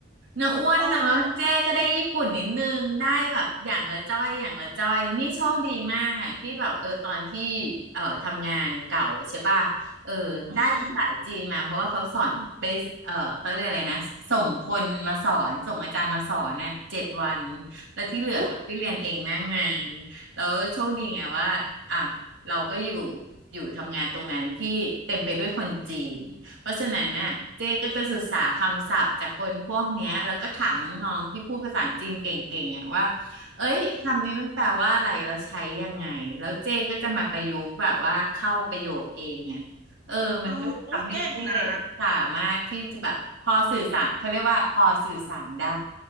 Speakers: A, on the right (about 75°); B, on the right (about 45°).
A: เนื้ออ้วนเนอะเจ๊ก็ได้ญี่ปุ่นนิดนึงได้แบบอย่างละจ้อยอย่างละจ้อยนี่โชคดีมากอ่ะที่แบบเออตอนที่
B: โอ้
A: เอ่อทำงานเก่าใช่ป่ะเออได้ภาษาจีนมาเพราะว่าเขาสอนไปเออเขาเรียกอะไรนะส่งคนมาสอนส่งอาจารย์มาสอนน่ะเจ็ดวัน
B: อืม
A: แล้วที่เหลือก็ไปเรียนเองหน้างานแล้วโชคดีไงว่าอ่ะ
B: อุ๊ย
A: เราก็อยู่อยู่ทำงานตรงนั้นที่เต็มไปด้วยคนจีน เพราะฉะนั้นน่ะเจ๊ก็จะศึกษาคำศัพท์จากคนพวกเนี้ยแล้วก็ถามน้องๆที่พูดภาษาจีนเก่งๆอ่ะว่าเอ้ยคำนี้มันแปลว่าอะไรเราใช้ยังไงแล้วเจ๊ก็จะมาประยุกต์แบบว่าเข้าประโยคเองอ่ะเออมันก็เลยทำให้เจ๊
B: อ๋อโอ้ยเก่งนะ
A: สามารถที่จะแบบพอสื่อสารเขาเรียกว่าพอสื่อสารได้